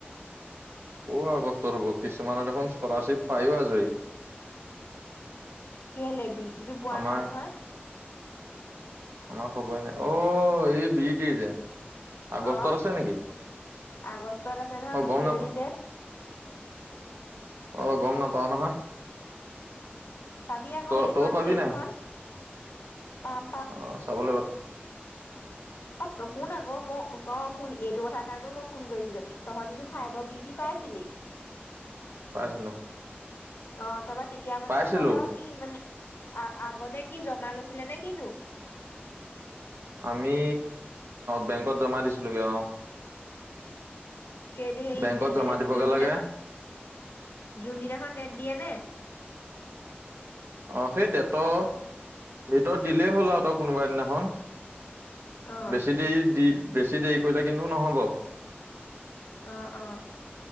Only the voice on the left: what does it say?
কেলে বীদ, কিটো পোৱা
নাই নহয়?
অহ,
আগষ্টত আছে নহয়
মিচয়ৰি
ডেট।
চাবি আকৌ
সেইখন
চেকখন
পাম
ত নুশুন আকৌ ম অ শুন এইটো কথাৰ কাৰণেও মই ফোন কৰিছিলো তহঁতিতো ফাইভৰ বি টি পাইছিলি
অ তা পা তেতিয়া মানে
তহঁত কি মানে আ আগতে কি জমা লৈ ছিলে কিনো
কেইদি সেই
দে দে
যোনদিনাখন
যোনদিনাখন ডেট দিয়ে নে
অ
অহ অহ।